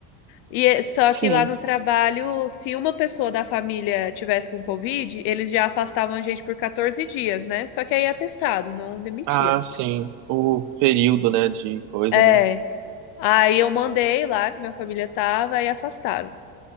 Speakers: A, on the left; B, on the right.
A: E é- só
B: Sim.
A: que lá no trabalho, se uma pessoa da família tivesse com Covid, eles já afastavam a gente por 14 dias, né? Só que aí é atestado, não demitia.
B: Ah, sim. O período, né, de coisa,
A: É.
B: né?
A: Aí eu mandei lá que minha família tava e afastaram.